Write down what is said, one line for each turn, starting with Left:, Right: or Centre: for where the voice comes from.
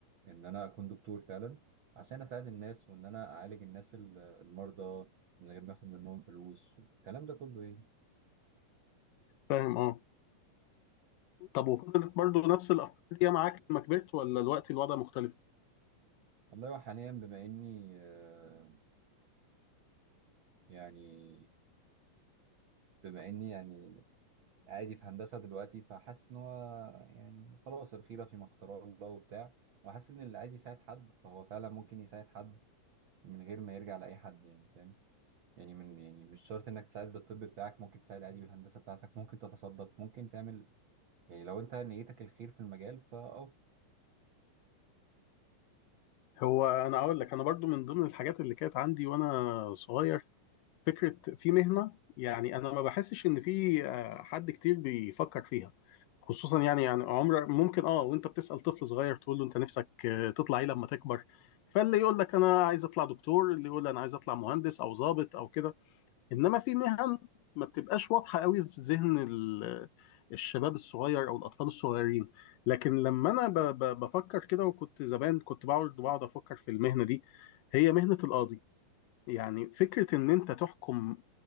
Right: ان انا اكون دكتور فعلا عشان اساعد الناس وان انا اعالج الناس ال- المرضى من غير ما اخد منهم فلوس الكلام ده كله ايه
Left: فاهم أه طب وفضلت برضو نفس الأفكار دي معاك لما كبرت ولا الوقت الوضع مختلف؟
Right: والله وحاليا بما اني آه، يعني بما اني يعني عادي في هندسه دلوقتي فحاسس ان هو يعني خلاص الخيره فيما اختاره الله وبتاع وحاسس ان اللي عايز يساعد حد فهو فعلا ممكن يساعد حد من غير ما يرجع لاي حد يعني فاهم يعني من يعني مش شرط انك تساعد بالطب بتاعك ممكن تساعد عادي بالهندسه بتاعتك ممكن تتصدق ممكن تعمل يعني لو انت نيتك الخير في المجال فاه
Left: هو انا اقول لك انا برضو من ضمن الحاجات اللي كانت عندي وانا صغير فكره في مهنه يعني انا ما بحسش ان في آه، حد كتير بيفكر فيها خصوصا يعني يعني عمر ممكن اه وانت بتسال طفل صغير تقول له انت نفسك آه، تطلع ايه لما تكبر فاللي يقول لك انا عايز اطلع دكتور اللي يقول انا عايز اطلع مهندس او ضابط او كده انما في مهن ما بتبقاش واضحه قوي في ذهن ال- الشباب الصغير او الاطفال الصغيرين لكن لما انا ب- ب- بفكر كده وكنت زمان كنت بقعد بقعد افكر في المهنه دي هي مهنه القاضي يعني فكره ان انت تحكم